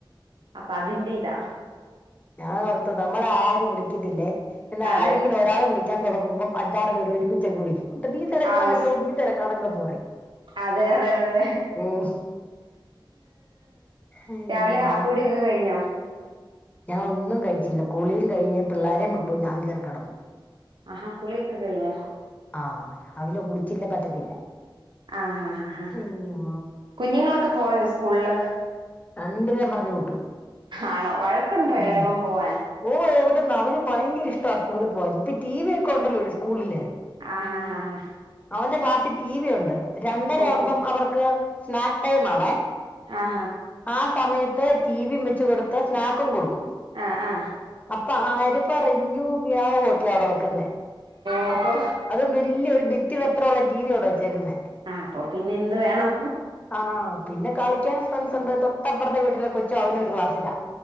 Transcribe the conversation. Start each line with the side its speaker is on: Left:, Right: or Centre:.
Right: അപ്പൊ അതിന്റെ ഇതാ.
Left: ഞാനോർത്തു നമ്മളെ ആര് വിളിക്കതില്ലേ പിന്നെ
Right: അതെ
Left: ആരെങ്കിലും ഒരാൾ വിളിക്കാൻ തുടങ്ങുമ്പം അഞ്ചാറുപേര് ഒരുപ്പിച്ചങ് വിളിക്കും ന്നിട്ട് നീ തിരക്കാണല്ല
Right: ആവശ്യ
Left: നീ തിരക്കാണല്ലോ എന്ന് പറയും.
Right: അതെ അതെ അതെ.
Left: ഉം അയ്യോ
Right: രാവിലെ കാപ്യുടിയൊക്കെ കയിഞ്ഞോ.
Left: ഞാൻ ഒന്നും കഴിച്ചില്ല കുളിയും കഴിഞ്ഞു പിള്ളാരേ വിട്ടു ഞാൻ കയറി കിടന്നു.
Right: ആഹാ കുളിയൊക്കെ കഴിഞ്ഞോ.
Left: ആഹ് രാവിലെ കുളിച്ചില്ലേ പറ്റത്തില്ല.
Right: ആഹ ആ ആ ഹാ
Left: അയ്യോ
Right: കുഞ്ഞുങ്ങളൊക്കെ പോയോ സ്കൂളില്.
Left: രണ്ടിനേം പറഞ്ഞു വിട്ടു
Right: ആണോ വഴക്കുണ്ടോ
Left: ഉ
Right: ഇളയവൻ പോവാൻ
Left: ഓ വിടെന്ന് അവന്. ഭയങ്കര ഇഷ്ടാ സ്കൂളിൽ പോവാൻ ഇപ്പ ടി വി ഒക്കെ ഉണ്ടല്ലോ സ്കൂളില്.
Right: ആ ഹാ ഹാ.
Left: അവന്റെ ക്ലാസ്സിൽ ടി വി ഉണ്ട് രണ്ടര
Right: ഓ
Left: ആവുമ്പം
Right: ഓ
Left: അവർക്ക് സ്നാക്ടൈം ആണേ.
Right: ആഹ.
Left: ആ സമയത്ത് ടിവിയും വെച്ച് കൊടുത്ത് സ്നാക്കും കൊടുക്കും.
Right: ആഹ് ആ
Left: അപ്പൊ ആര് പറഞ്ഞു മ്യാവുക്കെയാണ് വെക്കുന്നെ.
Right: ഓഹോ
Left: അതും വല്ല്യോരു ഭിത്തിഅത്രോള്ളെ ഉള്ള ടിവി അവിടെ വെച്ചേക്കുന്നേ.
Right: ആ അപ്പൊ പിന്നെ എന്ത് വേണം
Left: ആഹ പിന്നെ കളിക്കാൻ ഫ്രണ്ട്സ് ഉണ്ട് തൊ ട്ടപ്പറത്തെ വീട്ടിലെ കൊച്ചും അവനും ഒരു ക്ലാസില.